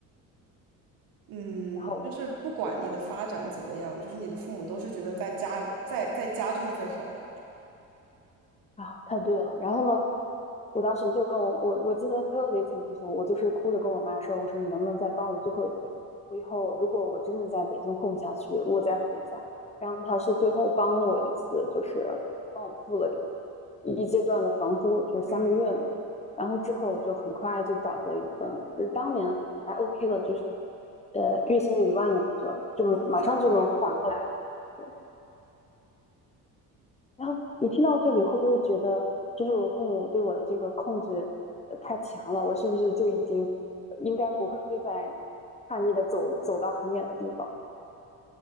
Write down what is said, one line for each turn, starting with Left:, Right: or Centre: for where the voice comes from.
Right: 嗯，
Left: 然后
Right: 就是不管你的发展怎么样，就是你的父母都是觉得在家在在家就是最好的。
Left: 啊，太对了。然后呢，我当时就跟我我我记得特别清楚，我就是哭着跟我妈说，我说你能不能再帮我最后一回？我以后如果我真的在北京混不下去，我再回家。然后她是最后帮了我一次，就是帮我付了一阶段的房租，就是三个月嘛。
Right: 嗯，
Left: 然后之后就很快就找到一份，就是当年还 OK 的，就是呃月薪一万的工作，就马上就能缓过来了。
Right: 状态很好。
Left: 对，然后你听到这里会不会觉得，就是我父母对我的这个控制呃太强了？我是不是就已经呃应该不会再叛逆的走走到很远的地方？